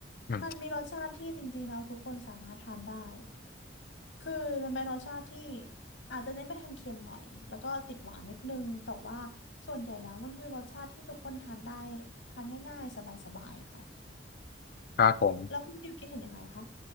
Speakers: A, on the left (about 50°); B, on the left (about 80°).
A: อืม
B: มันมีรสชาติที่จริง ๆ แล้วทุกคนสามารถทานได้ คือมันเป็นรสชาติที่อาจจะเน้นไปทางเค็มหน่อย แล้วก็ติดหวานนิดนึงแต่ว่าส่วนใหญ่แล้วมันคือรสชาติที่ทุกคนทานได้ทานง่ายๆสบายๆค่ะ
A: ครับผม
B: แล้วคุณฟิลคิดเห็นยังไงคะ